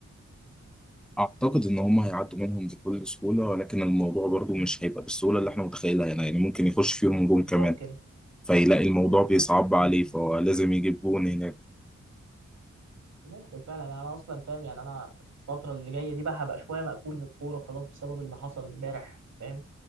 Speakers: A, in the centre; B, on the right (about 85°).
A: اعتقد ان هم هيعدوا منهم بكل سهوله ولكن الموضوع برضو مش هيبقى بالسهوله اللي احنا متخيلها هنا يعني ممكن يخش فيهم جون كمان
B: ممكن
A: فيلاقي الموضوع
B: ممكن
A: بيصعب
B: فعلا
A: عليه فهو لازم يجيب جون هناك
B: ممكن فعلا انا اصلا فاهم يعني انا الفتره اللي جايه دي بقى هبقى شويه مقفول من الكوره خلاص بسبب اللي حصل امبارح فاهم